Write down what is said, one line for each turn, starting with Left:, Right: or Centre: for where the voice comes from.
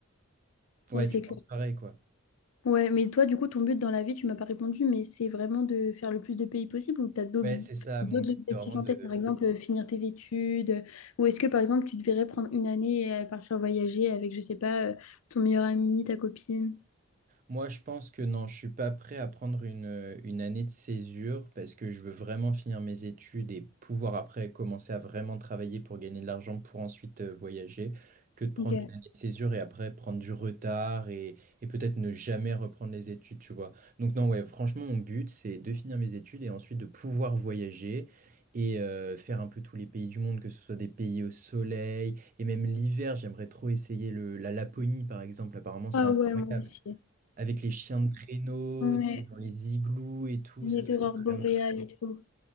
Right: Ouais,
Left: Oui, c'est
Right: tu penses
Left: clair.
Right: pareil, quoi.
Left: Ouais, mais toi, du coup, ton but dans la vie, tu m'as pas répondu, mais c'est vraiment de faire le plus de pays possible ou tu as d'autres
Right: Ouais, c'est ça.
Left: d'autres
Right: Mon but,
Left: objectifs
Right: c'est vraiment
Left: en
Right: de
Left: tête, par exemple, euh, finir tes études, euh, ou est-ce que, par exemple, tu devrais prendre une année et euh, partir voyager avec, je sais pas, euh, ton meilleur ami, ta copine?
Right: Moi, je pense que non, je suis pas prêt à prendre une, euh, une année de césure parce que je veux vraiment finir mes études et pouvoir après commencer à vraiment travailler pour gagner de l'argent pour ensuite euh, voyager que de prendre
Left: Ok.
Right: une année de césure et après prendre du retard et, et peut-être ne jamais reprendre les études, tu vois. Donc non, ouais, franchement, mon but, c'est de finir mes études et ensuite de pouvoir voyager. Et euh, faire un peu tous les pays du monde, que ce soit des pays au soleil, et même l'hiver, j'aimerais trop essayer le, la Laponie, par exemple. Apparemment, c'est
Left: Ah
Right: incroyable.
Left: ouais, moi aussi.
Right: Avec les chiens de traîneau,
Left: Ouais,
Right: t'es dans les igloos et tout,
Left: les
Right: ça doit
Left: aurores
Right: être
Left: boréales
Right: vraiment... cool.
Left: et tout.